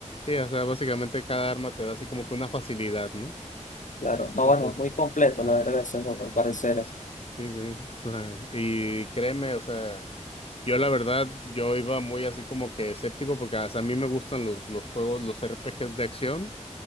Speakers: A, on the left; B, on the left.
A: Sí, o sea, básicamente cada arma te da así como que una facilidad, ¿no?
B: Claro, no,
A: Entonces,
B: bueno, muy completo, la verdad, ese juego, al parecer.
A: eso. sí, sí. o sea, y créeme, o sea, yo la verdad, yo iba muy así como que escéptico porque o sea, a mí me gustan los, los juegos, los RPGs de acción,